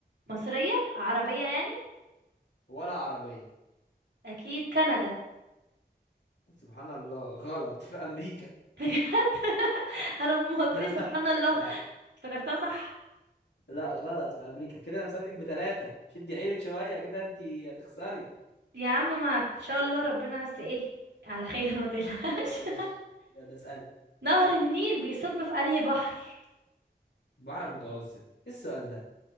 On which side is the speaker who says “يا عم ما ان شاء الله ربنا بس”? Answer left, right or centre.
Right